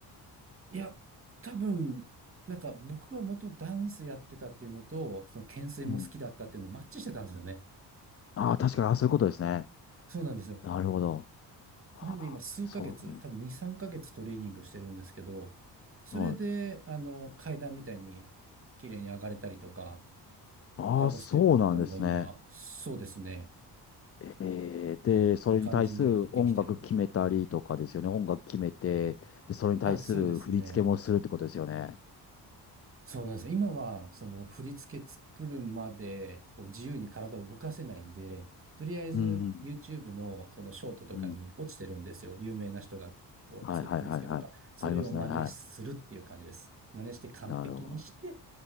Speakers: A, on the right; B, on the left.
A: いや、多分、なんか僕は元ダンスやってたっていうのと、その懸垂も好きだったっていうのでマッチしてたんですよね。
B: うん。ああ、確かに、ああ、そういうことですね。
A: そうなんですよ。
B: なるほど。はあ、
A: なんで今数ヶ月、
B: そういうことね。
A: 多分2、3ヶ月トレーニングしてるんですけど、それで、
B: はい
A: あの、階段みたいに綺麗に上がれたりとか、
B: ああ、
A: 他のステップとかも今、
B: そうなんですね。
A: そうですね、
B: えー、で、それに対する音楽決めたりとかですよね。
A: いい感じにできてるので。
B: 音楽決めて、で、それに対する振り付けもするってことですよね。
A: あ、そうですね。そうなんです。今は、その振り付け作るまで、こう自由に体を動かせないんで、とりあえず
B: うん、
A: YouTube のそのショートとかに落ちてるんですよ。
B: うん。
A: 有名な人がこう作った振り付けとか。
B: はい、はい、はい、はい。
A: それを真似するっていう感じです。
B: ありますね。はい。
A: 真似して完璧にして、
B: なるほど。